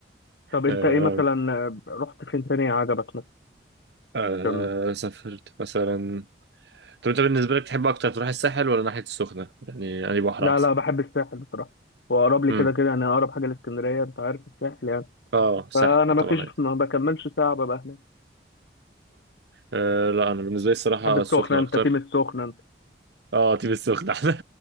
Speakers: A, on the left; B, on the right.
A: طب انت
B: آه
A: ايه مثلا رحت فين تاني عجبك
B: آه
A: مثلا
B: سافرت مثلا طب انت بالنسبه لك تحب اكتر تروح الساحل ولا ناحيه السخنه يعني انهي بحر
A: لا
B: احسن
A: لا بحب الساحل بصراحه واقرب لي
B: امم
A: كده كده انا اقرب حاجه لاسكندريه انت عارف الساحل يعني
B: اه الساحل
A: فانا ما
B: طبعا
A: فيش
B: أيوة.
A: ما بكملش ساعه ببقى هناك
B: آه لا انا بالنسبه لي الصراحه
A: بحب السخنه
B: السخنه
A: انت
B: اكتر
A: تيم السخنه انت
B: اه تيجي السخنه <laughs> احسن